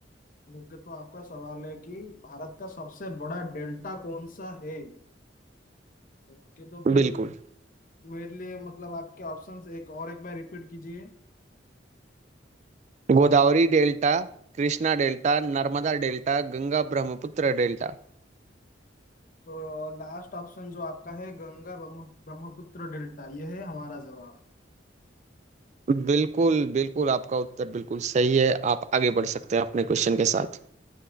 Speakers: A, on the left; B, on the right.
A: ओके तो आपका सवाल है कि भारत का सबसे बड़ा डेल्टा कौन सा है ओके तो फिर
B: बिल्कुल
A: मेरे लिए मतलब आपके ऑप्शंस एक और एक बार रिपीट कीजिए
B: Godavari delta Krishna delta Narmada delta Ganga Brahmaputra delta
A: तो लास्ट ऑप्शन जो आपका है गंगा ब्रह्म ब्रह्मपुत्र डेल्टा ये है हमारा जवाब
B: बिल्कुल बिल्कुल आपका उत्तर बिल्कुल सही है आप आगे बढ़ सकते हैं अपने क्वेश्चन के साथ